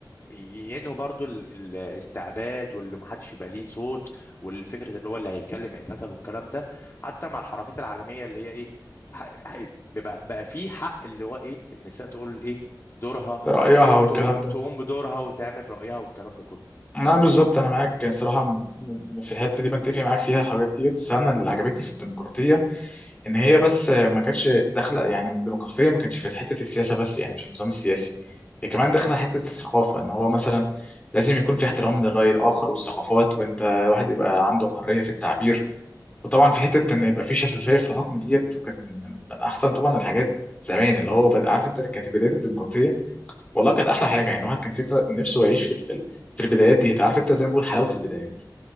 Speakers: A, on the left; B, on the left.
A: ينهوا برضو ال- الاستعباد واللي محدش يبقى ليه صوت والفكره اللي هو اللي هيتكلم هيتقتل والكلام ده حتى مع الحركات العالميه اللي هي ايه ح- ح- بقى, بقى في حق اللي هو ايه النساء تقول ايه دورها
B: رأيها
A: تقو-
B: والكلام
A: تقوم
B: ده
A: تقوم بدورها وتعمل رايها والكلام ده كله
B: انا بالظبط انا معاك يعني صراحه م- م- في الحته دي بنتفق معاك فيها الحاجات دي بس انا اللي عجبتني في الديمقراطيه ان هي بس ما كانتش داخله يعني الديمقراطيه ما كانتش في حته السياسه بس يعني مش النظام السياسي هي كمان داخله حته الثقافه ان هو مثلا لازم يكون في احترام للراي الاخر والثقافات وانت الواحد يبقى عنده حريه في التعبير وطبعا في حته ان يبقى في شفافيه في الحكم ديت وكان من من احسن طبعا الحاجات زمان اللي هو بد- عارف انت كانت بدايه الديمقراطيه والله كانت احلى حاجه يعني الواحد كان فكره نفسه يعيش في ال- في ال- في البدايات دي عارف انت زي ما بقول حلاوه البدايات